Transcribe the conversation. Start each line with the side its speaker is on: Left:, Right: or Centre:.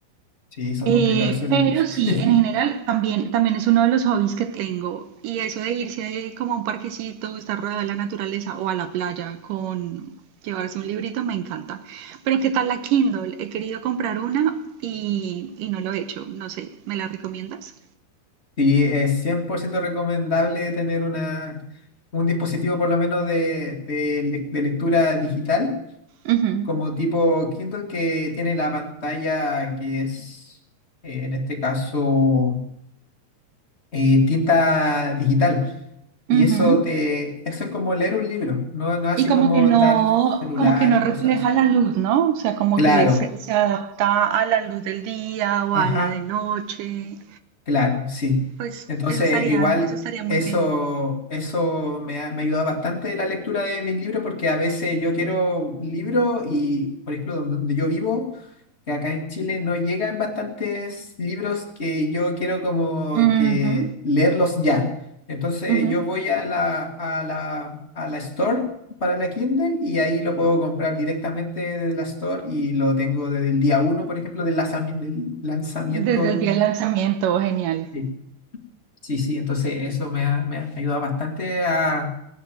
Left: Sí, son
Right: Eh,
Left: complicados esos
Right: pero
Left: libros.
Right: sí,
Left: <laughs>
Right: en general también, también es uno de los hobbies que tengo. Y eso de irse ahí como a un parquecito, estar rodeado de la naturaleza o a la playa con llevarse un librito me encanta. Pero ¿qué tal la Kindle? He querido comprar una y, y no lo he hecho. No sé, ¿me la recomiendas?
Left: Sí, es 100% recomendable tener una, un dispositivo por lo menos de, de lec- de lectura digital,
Right: Ujú,
Left: como tipo Kindle que tiene la pantalla que es, eh, en este caso, eh, tinta digital. Y
Right: ujú.
Left: eso te, eso es como leer un libro, no, no así
Right: Y como
Left: como
Right: que no,
Left: estar celular
Right: como que no
Left: y
Right: refleja
Left: cosas así.
Right: la luz, ¿no? O sea, como
Left: Claro,
Right: que se, se adapta a la luz del día o
Left: ajá.
Right: a la de noche.
Left: Claro, sí.
Right: Pues
Left: Entonces,
Right: eso estaría,
Left: igual
Right: eso estaría muy
Left: eso,
Right: bien.
Left: eso me ha, me ha ayudado bastante la lectura de mis libros porque a veces yo quiero un libro y, por ejemplo, donde, donde yo vivo, que acá en Chile no llegan bastantes libros que yo quiero como
Right: Ujú,
Left: que leerlos ya. Entonces,
Right: ujú.
Left: yo voy a la, a la, a la store para la Kindle y ahí lo puedo comprar directamente de la store y lo tengo desde el día uno, por ejemplo, del, lanzami- del lanzamiento.
Right: Desde el día del lanzamiento, genial.
Left: sí. Sí, sí, entonces eso me ha, me ha ayudado bastante a,